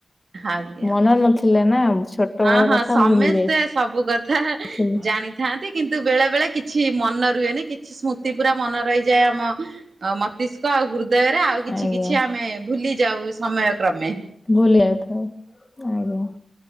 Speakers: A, on the right; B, on the left.
A: ଆଜ୍ଞା
B: ମନ ନଥିଲା ନା। ଛୋଟବେଳ
A: ହଁ ହଁ,
B: କଥା
A: ସମେସ୍ତେ
B: ଭୁଲି
A: ସବୁ କଥା
B: ଯାଇଥିଲି
A: ଜାଣି ଥାନ୍ତି କିନ୍ତୁ ବେଳେ ବେଳେ କିଛି ମନ ରୁହେନି କିଛି ସ୍ମୃତି ପୁରା ମନ ରହିଯାଏ ଆମ ଅ ମସ୍ତିଷ୍କ ଆଉ ହୃଦୟରେ ଆଉ କିଛି
B: ଆଜ୍ଞା
A: କିଛି ଆମେ ଭୁଲି ଯାଉ ଏ ସମୟ କ୍ରମେ
B: ଭୁଲି ଯାଇଥାଉ, ଆଜ୍ଞା